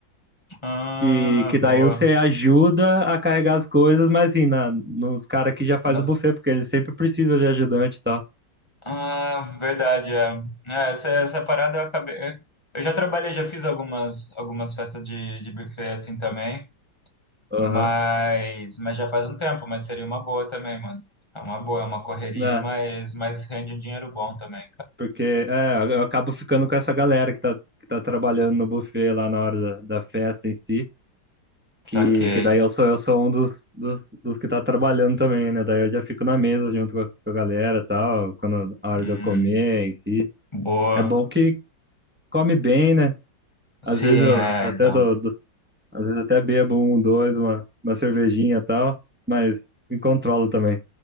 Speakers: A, on the left; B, in the centre.
A: Ah,
B: que, que daí
A: boa.
B: você ajuda a carregar as coisas, mas assim, na, nos caras que já faz
A: Na-
B: o buffet, porque eles sempre precisam de ajudante e tal.
A: Ah, verdade, é. É, essa, essa parada eu acabei. Eu já trabalhei, já fiz algumas, algumas festas de, de buffet assim também,
B: Aham,
A: mas, mas já faz um tempo, mas seria uma boa também, mano. É uma boa, é uma correria,
B: né?
A: mas, mas rende um dinheiro bom também.
B: Porque é, eu acabo ficando com essa galera que tá, que tá trabalhando no buffet lá na hora da, da festa em si.
A: Saquei.
B: Que, que daí eu sou, eu sou um dos, dos, dos que tá trabalhando também, né? Daí eu já fico na mesa junto com a, com a galera e tal, quando a hora
A: Hum,
B: de eu comer em si.
A: boa.
B: É bom que come bem, né? Às
A: Sim,
B: vezes eu
A: é,
B: até
A: então.
B: dou, dou- às vezes até bebo um, dois, uma, uma cervejinha e tal, mas me controlo também.